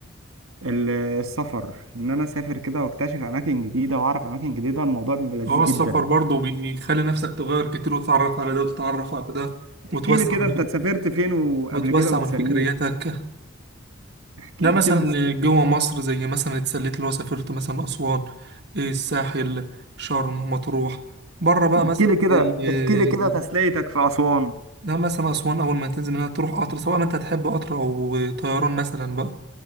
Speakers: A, on the right (about 85°); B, on the right (about 50°).
A: ال- السفر ان انا اسافر كده واكتشف اماكن جديده واعرف اماكن جديده الموضوع بيبقى لذيذ
B: هو السفر
A: جدا
B: برضه بيخلي نفسك تغير كتير وتتعرف على ده وتتعرف على ده
A: احكي
B: وتوسع
A: لي كده
B: من
A: انت
B: فك...
A: سافرت فين وقبل
B: وتوسع
A: كده واتسليت
B: من فكريتك
A: احكي
B: لا مثلا
A: لي كده انت سافرت
B: جوه مصر زي مثلا اتسليت اللي هو سافرت مثلا اسوان إيه، الساحل شرم مطروح بره بقى
A: احكي
B: مثلا
A: لي كده
B: زي
A: احكي لي كده
B: زي-
A: تسليتك في اسوان
B: لا مثلا اسوان اول ما تنزل منها تروح قطر سواء ما انت هتحب قطر او طيران مثلا بقى